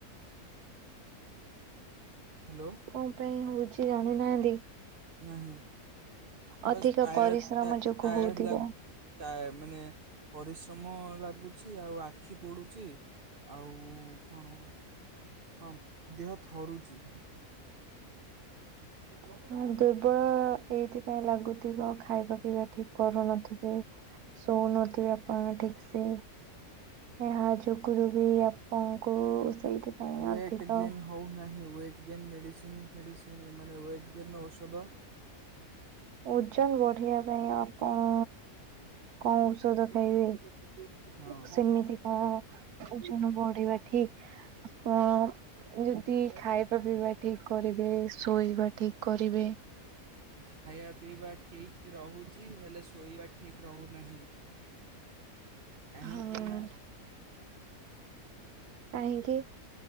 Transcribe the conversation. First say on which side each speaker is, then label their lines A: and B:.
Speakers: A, on the right (about 40°); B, on the right (about 85°).
A: ହାଲୋ।
B: କଣ ପାଇଁ ହଉଛି ଜାଣିନାହାନ୍ତି?
A: ନାହିଁ।
B: ଅଧିକ
A: ବାସ୍ ଟାୟ
B: ପରିଶ୍ରମ ଯୋଗୁ
A: ଟାୟର୍ଡ଼
B: ହଉଥିବ।
A: ଲାଗୁ ଟା ମାନେ ପରିଶ୍ରମ ଲାଗୁଛି, ଆଉ ଆଖି ପୋଡୁଛି। ଆଉ କଣ ହଁ ଦେହ ଥରୁଛି।
B: ଉଁ, ଦୁର୍ବଳ ଏଇଥିପାଇଁ ଲାଗୁଛି। ଖାଇବା ପିଇବା ଠିକ୍ କରୁନଥିବେ, ଶୋଉନଥିବେ ଆପଣ ଠିକ୍। ସେ। ଏହା ଯୋଗୁରୁ ବି ଆପଣଙ୍କୁ ସେଇଥିପାଇଁ ଅଧିକ
A: ଏକଟ ଗେନ୍ଦ। <unintelligible> ହଉନାହିଁ, ୱେଟ୍ ଗେନ୍ ମେଡ଼ିସିନ୍ ଫେଡ଼ିସିନ୍ ମାନେ ୱେଟ୍ ଗେନ୍ ଔଷଧ।
B: ଓଜନ ବଢିବା ପାଇଁ ଆପଣ କଣ ଔଷଧ ଖାଇବେ?
A: ହଁ
B: ସେମିତି କଣ ଓଜନ ବଢିବା ଠିକ୍। ଆପଣ ଯ ଦି ଖାଇବା ପିଇବା ଠିକ୍ କରିବେ, ଶୋଇବା ଠିକ୍ କରିବେ,
A: ଖାଇବା ପିଇବା ଠିକ୍ ରହୁଛି। ହେଲେ ଶୋଇବା ଠିକ୍ ରହୁନାହିଁ। କାହିଁକି
B: ହଁ।
A: ନା
B: କାହିଁକି?